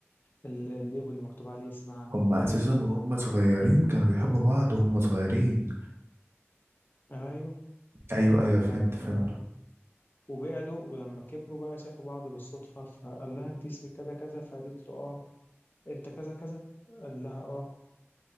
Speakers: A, on the left (about 45°); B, on the right (about 60°).
A: ال- الليبل اللي مكتوب عليه اسمها
B: هم اساسا
A: على
B: وهم صغيرين كانوا بيحبوا بعض وهم صغيرين
A: أيوه
B: ايوه ايوه فهمت
A: ما ما
B: فهمت
A: وبعدوا ولما كبروا بقى شافوا بعض بالصدفة فقال لها أنت اسمك كذا كذا فقالت له أه أنت كذا كذا قال لها أه